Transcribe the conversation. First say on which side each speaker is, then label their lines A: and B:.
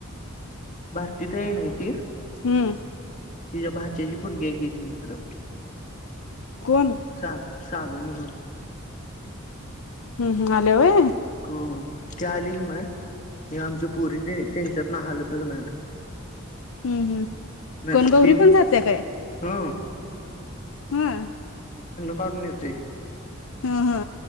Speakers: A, on the left (about 35°); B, on the left (about 70°).
A: भारती ताई आहे ना ती
B: हम्म
A: तिच्या भाच्याची पोरगी हाय की ति हिकड
B: कोण
A: सानू सानू म्हणून
B: हम्म हम आल्या होय
A: हो ती आली की नाय हे आमची पुरी त्यांनच्यातन हलतच नाहीत
B: हम्म, हम्म
A: नाहीतर
B: कोण गौरी
A: तीन
B: पण जात्या काय?
A: ह
B: हम
A: फाडुण येतोय.
B: हा हा